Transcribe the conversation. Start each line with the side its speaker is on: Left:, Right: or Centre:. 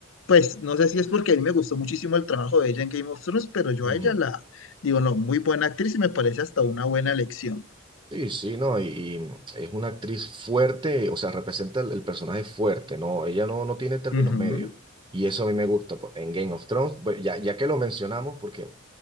Left: pues no sé si es porque a mí me gustó muchísimo el trabajo de ella en Game of Thrones, pero yo
Right: Ujú.
Left: a ella la digo, no, muy buena actriz y me parece hasta una buena elección.
Right: Sí, sí, no, y, y es una actriz fuerte, o sea, representa el, el personaje fuerte, ¿no? Ella no, no tiene términos
Left: Ujú,
Right: medios. Y eso a mí me gusta. pues, En Game of Thrones, pues, ya, ya que lo mencionamos, porque